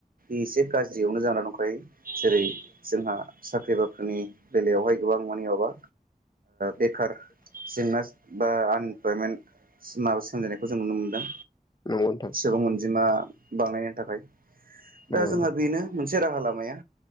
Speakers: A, on the right; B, on the left.
A: एसे गाज्रि जियावनो जाना दंखायो जेरै जोंहा साख्रि बाख्रिनि बेलायावहाय गोबां मानि माबा बेखार जेंना बा आनइमप्लयमेन्ट माबा सोंजेननायखौ जों नुनो मोनदों
B: नंगौ नोंथां
A: गोबां अनजिमा बांनायनि थाखाय दा
B: नंगौ
A: जोंहा बेनो मोनसे राहा लामाया